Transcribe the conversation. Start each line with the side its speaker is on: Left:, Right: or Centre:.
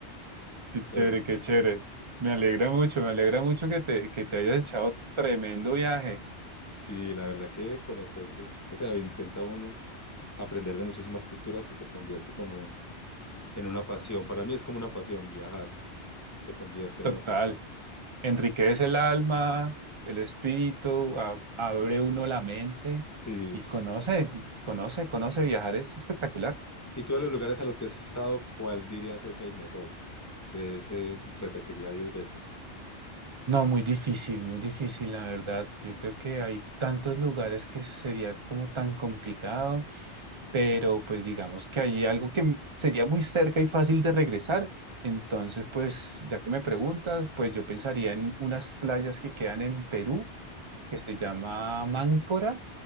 Right: Qué
Left: Pero
Right: chévere, qué chévere. Me alegra mucho, me alegra mucho que te, que te hayas echado tremendo viaje.
Left: sí, la verdad que conocer, es- o sea, intenta uno aprender de muchísimas culturas y se convierte como en en una pasión. Para mí es como una pasión viajar, se convierte
Right: Total.
Left: en una pasión.
Right: enriquece el alma, el espíritu, a- abre uno la mente
Left: Sí.
Right: y conoce, conoce, conoce viajar, es espectacular.
Left: Y todos los lugares a los que has estado, ¿cuál dirías es el mejor? De ese repetiría diez veces.
Right: No, muy difícil, muy difícil, la verdad. Yo creo que hay tantos lugares que sería como tan complicado, pero pues digamos que hay algo que m- sería muy cerca y fácil de regresar. Entonces, pues ya que me preguntas, pues yo pensaría en unas playas que quedan en Perú, que se llama Máncora